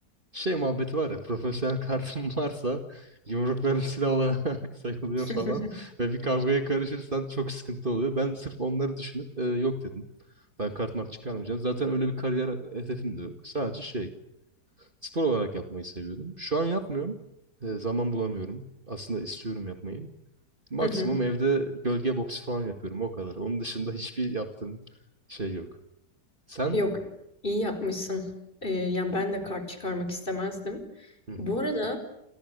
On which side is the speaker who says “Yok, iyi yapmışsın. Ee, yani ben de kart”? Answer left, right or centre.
Left